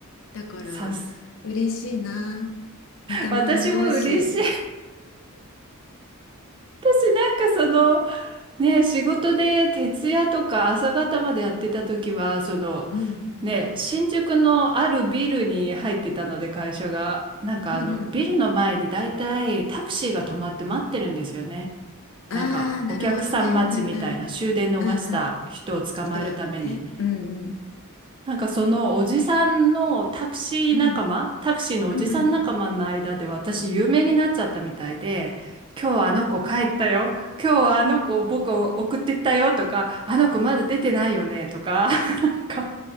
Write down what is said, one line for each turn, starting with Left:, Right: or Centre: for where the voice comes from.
Left: だから、
Right: さす。
Left: 嬉しいな。似た者同士。
Right: 私も嬉しい。私なんかその、ね、仕事で徹夜とか朝方までやってた時は、その、
Left: うん。
Right: ね、新宿のあるビルに入ってたので会社が、なんかあの、
Left: うんうん。
Right: ビルの前に大体タクシーが止まって待ってるんですよね。
Left: ああ、
Right: なんかお客さん待ちみたいな終電逃した人を捕まえるために。
Left: なるほどね。うんうん。うんうん。人のね。うんうん。
Right: なんかそのおじさんのタクシー仲間、
Left: うん、
Right: タクシーのおじさん仲間の間で私有名になっちゃったみたいで、
Left: うんうん
Right: 今日はあの子帰ったよ、今日はあの子僕を送ってったよとか、あの子まだ出てないよねとか、なんか